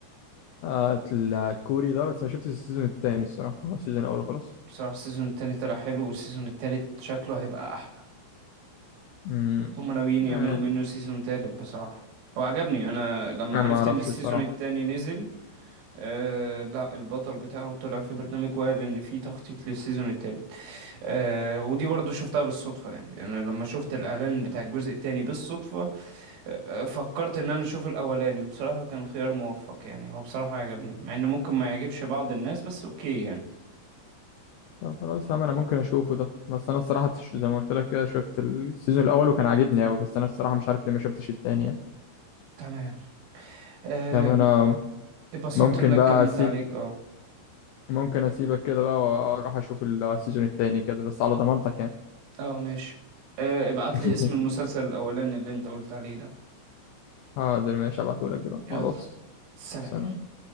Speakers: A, on the left; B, on the right.
A: آه، ال- الكوري ده بس ما شفتش السيزون التاني الصراحة هو السيزون الاول وخلاص
B: بصراحة السيزون التاني طلع حلو والسيزون التالت شكله هيبقى أحلى
A: امم
B: هما ناويين يعملوا
A: آه.
B: منه سيزون تالت بصراحة هو عجبني أنا لما
A: انا
B: عرفت
A: ما اعرفش
B: إن السيزون
A: الصراحة
B: التاني نزل آه لا البطل بتاعه طلع في برنامج وقال ان في تخطيط للسيزون الثالث آه ودي برضو شفتها بالصدفة يعني انا لما شفت الاعلان بتاع الجزء الثاني بالصدفة آه فكرت ان انا اشوف الاولاني وبصراحة كان خيار موفق يعني هو بصراحة عجبني مع ان ممكن ما يعجبش بعض الناس بس اوكي يعني
A: طب خلاص يا عم انا ممكن اشوفه ده بس انا الصراحة تش- زي ما قلت لك كده شفت السيزون الاول وكان عاجبني قوي بس انا الصراحة مش عارف ليه ما شفتش التاني يعني
B: تمام آه
A: طب انا
B: اتبسطت
A: ممكن
B: ان انا اتكلمت
A: بقى اسيب
B: عليك اه
A: ممكن اسيبك كده بقى واروح اشوف السيزون التاني كده بس على ضمانتك يعني
B: اه ماشي آه ابعت
A: <laughs>
B: لي اسم المسلسل الاولاني اللي انت قلت عليه ده
A: حاضر ماشي هبعتهولك دلوقتي
B: يلا
A: على الواتس
B: سلام
A: سلام